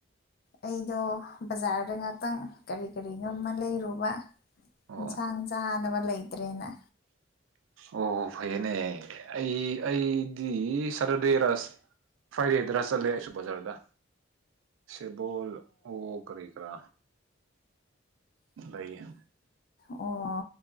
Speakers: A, on the left (about 50°); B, on the right (about 80°).
A: ꯑꯩꯗꯣ ꯕꯖꯥꯔꯗ ꯉꯥꯇꯪ ꯀꯔꯤ ꯀꯔꯤꯅꯣꯃ ꯂꯩꯔꯨꯕ
B: ꯑꯣ
A: ꯏꯟꯁꯥꯡ ꯆꯥꯅꯕ ꯂꯩꯇ꯭ꯔꯦꯅ
B: ꯑꯣ ꯐꯩꯌꯦꯅꯦ ꯑꯩ ꯑꯩꯗꯤ ꯁꯇꯔꯗꯦꯔꯁ ꯐꯥꯏꯗꯦꯗꯔꯥ ꯆꯠꯂꯦ ꯑꯩꯁꯨ ꯕꯖꯥꯔꯗ ꯁꯤꯕꯣꯜ ꯑꯣ ꯀꯔꯤ ꯀ꯭ꯔꯥ ꯂꯩꯌꯦ
A: ꯑꯣ